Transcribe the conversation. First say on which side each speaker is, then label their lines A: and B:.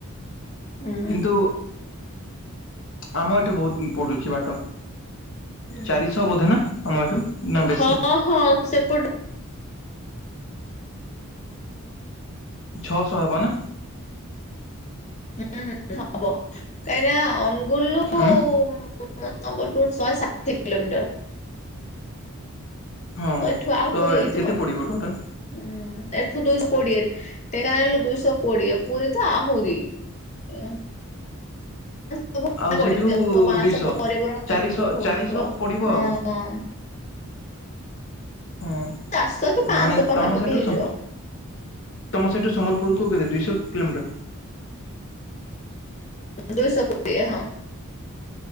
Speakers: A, on the left (about 30°); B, on the left (about 55°).
A: ହୁଁ
B: କିନ୍ତୁ ଆମ ଏଠୁ ବହୁତ ପଡୁଛି ବାଟ, ଚାରିଶହ ବୋଧେ ନା ଆମ ଏଠୁ? ନା ବେଶୀ
A: ହଁ, ହଁ ସେପଟୁ
B: ଛଅଶହ ହେବ ନା?
A: ହୁଁ, ହବ କାଇନା ଅନୁଗୁଳଲୁ
B: ଆଁ,
A: କୁ ହଁ ସମ୍ବଲପୁର ଶହେ ଷାଠିଏ କିଲୋମିଟର।
B: ହଁ
A: ତ ଏଠୁ ଆହୁରି ହେଇଥିବ।
B: କେତେ
A: ଅଁ,
B: ପଡ଼ିବ ଟୋଟାଲ୍
A: ଏଠୁ ଦୁଇଶହ କୋଡିଏ ଢେଙ୍କାନାଳରୁ ଦୁଇଶହ କୋଡିଏ, ପୁରୀ ତ ଆହୁରି। ଏ <inaudible>
B: ଆଉ
A: ପଡିଯାଉଥୁବ,
B: ସେଠୁ
A: ପାଁଶହ
B: ଦୁଇଶହ।
A: ପରେ ବରଂ
B: ଚାରିଶହ
A: ଏପଟକୁ
B: ଚାରିଶହ
A: ହଉନଥୁବ।
B: ପଡ଼ିବ
A: ହଁ,
B: ଆଉ
A: ହଁ।
B: ହଁ
A: ଚାରିଶହ କି ପାଞ୍ଚଶହ
B: ମାନେ
A: ପାଖାପାଖି
B: ତୋମ ସେଠୁ
A: ହେଇଯିବ
B: ସ ତୋମ ସେଠୁ ସମ୍ବଲପୁରକୁ କେତେ ଦୁଇଶହ କିଲୋମିଟର?
A: ଦୁଇଶହ କୋଡ଼ିଏ ହଁ।